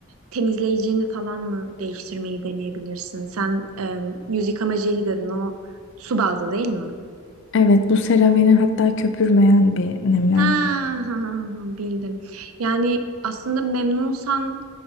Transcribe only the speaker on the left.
Evet bu CeraVe'nin hatta köpürmeyen bir nemlendirici.